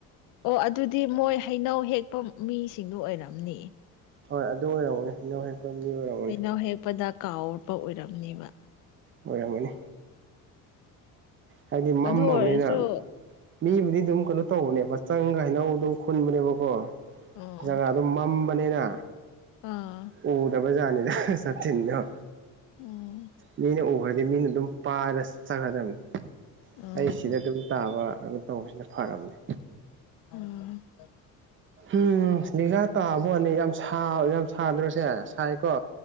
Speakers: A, on the left; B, on the right.
A: ꯑꯣ ꯑꯗꯨꯗꯤ ꯃꯣꯏ ꯍꯩꯅꯧ ꯍꯦꯛꯄ ꯃꯤꯁꯤꯡꯗꯨ ꯑꯣꯏꯔꯝꯅꯤ
B: ꯍꯣꯏ ꯑꯗꯨ ꯑꯣꯏꯔꯔꯕꯅꯦ ꯍꯥꯏꯗꯧ ꯍꯦ ꯀꯕꯔꯝ <inaudible>
A: ꯀꯩꯅꯧ ꯍꯦꯛꯄꯗ ꯀꯥꯎꯔꯄ ꯑꯣꯏꯔꯝꯅꯦꯕ
B: ꯑꯣꯏꯔꯝꯒꯅꯤ ꯍꯥꯏꯗꯤ ꯃꯝꯃꯕꯅꯤꯅ
A: ꯑꯗꯨ ꯑꯣꯏꯔꯁꯨ
B: ꯃꯤꯕꯨꯗꯤ ꯑꯗꯨꯝ ꯀꯩꯅꯣ ꯇꯧꯕꯅꯦꯕ ꯆꯪꯒ ꯍꯩꯅꯧ ꯑꯗꯨꯝ ꯈꯨꯟꯕꯅꯦꯕꯀꯣ
A: ꯑꯣ
B: ꯖꯒꯥ ꯑꯗꯨ ꯃꯝꯕꯅꯤꯅ
A: ꯑꯥ
B: ꯎꯗꯕ ꯗ ꯁꯥ ꯊ
A: ꯎꯝ
B: ꯃꯤꯅ <inaudible> ꯑꯗꯩ ꯃꯤꯅ ꯑꯗꯨꯝ ꯄꯥꯏꯔ ꯆꯠꯒꯗꯝꯕꯅꯤ
A: ꯎꯝ
B: ꯑꯩ ꯁꯤꯗ ꯑꯗꯨꯝ ꯇꯥꯕ ꯑꯗꯨꯩꯅꯣ ꯇꯧꯕꯁꯤꯅ ꯐꯔꯕꯅꯤ
A: ꯑꯣ
B: ꯎꯝ ꯦꯒꯥꯥ ꯇꯥꯕꯣꯅꯦ ꯌꯥꯝ ꯌꯥꯝ ꯁꯥꯗ꯭ꯔꯣꯁꯦ ꯁꯥꯏꯀꯣ